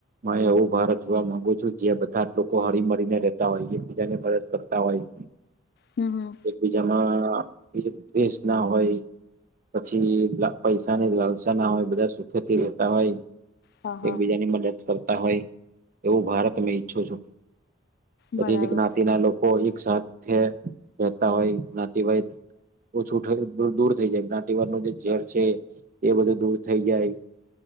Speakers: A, on the right; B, on the left.
A: હ એવું ભારત જોવા માંગુ છું જે બધા જ લોકો હળ મળીને રહેેતા હોય એકબીજા ને મદદ કરતા હોય.
B: હમ હમ.
A: એકબીજામાં દસ ના હોય. પછી પૈસા ની લાલસા ના હોય બધા સુખેથી રહેેતા હોય.
B: હા હા
A: એકબીજાની મદદ કરતા હોય એવું ભારત મેં ઈચ્છું છું. બધી
B: બરાબર
A: જ જ્ઞાતિના લોકો એક સાથે રહેતા હોય જ્ઞાતિવાય- - ઓછું દૂર થઈ જાય જ્ઞાતિવારનું જે રોજ છે. એ બધું દૂર થઈ જાય.